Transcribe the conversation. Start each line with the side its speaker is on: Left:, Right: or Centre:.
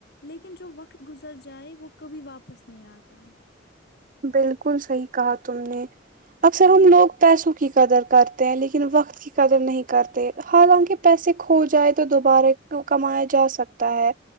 Left: لیکن جو وقت گزر جائے وہ کبھی واپس نہیں آتا
Right: بالکل صحیح کہا تم نے اکثر ہم لوگ پیسوں کی قدر کرتے ہیں لیکن وقت کی قدر نہیں کرتے حالانکہ پیسے کھو جائے تو دوبارہ کمایا جا سکتا ہے